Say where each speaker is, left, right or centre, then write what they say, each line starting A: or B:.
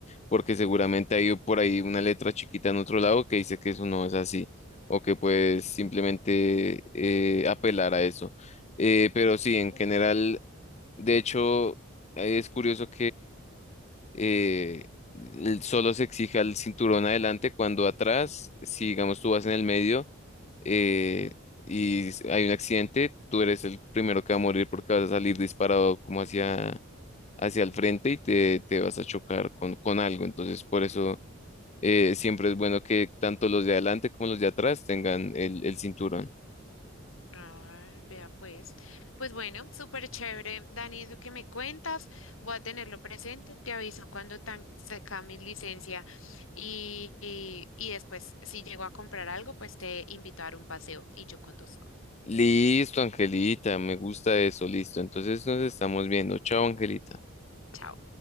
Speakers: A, on the left; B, on the left.
A: porque seguramente hay por ahí una letra chiquita en otro lado que dice que eso no es así, o que puedes simplemente eh, apelar a eso. Eh, pero sí, en general, de hecho, eh, es curioso eh, el- solo se exija el cinturón adelante cuando atrás, si digamos tú vas en el medio eh, y s- hay un accidente, tú eres el primero que va a morir porque vas a salir disparado como hacia, hacia el frente y te, te vas a chocar con, con algo. Entonces, por eso eh, siempre es bueno que tanto los de adelante como los de atrás tengan el, el cinturón.
B: Ah, vea pues. Pues bueno, súper chévere, Dani, eso que me cuentas, voy a tenerlo presente, te aviso cuando tan saca mi licencia y, y, y después si llego a comprar algo, pues te invito a dar un paseo y yo conduzco.
A: Listo, Angelita, me gusta eso, listo. Entonces nos estamos viendo. Chao, Angelita.
B: Chao.